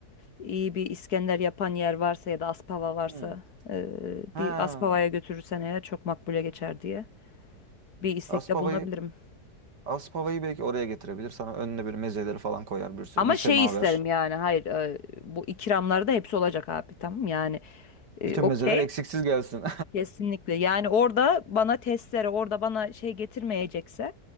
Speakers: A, on the left; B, on the right.
A: iyi bir İskender yapan yer varsa ya da Aspava varsa
B: Hmm.
A: e,
B: Ha.
A: bir Aspava'ya götürürsen eğer çok makbule geçer diye bir istekte
B: Aspava'yı
A: bulunabilirim.
B: Aspava'yı belki oraya getirebilir. Sana önüne böyle mezeleri falan koyar bir sürü.
A: Ama
B: Bir semaver.
A: şey isterim yani hayır e, bu ikramlarda hepsi olacak abi tamam yani e,
B: Bütün
A: okey
B: mezeler eksiksiz gelsin.
A: kesinlikle yani orada bana testere orada bana şey getirmeyecekse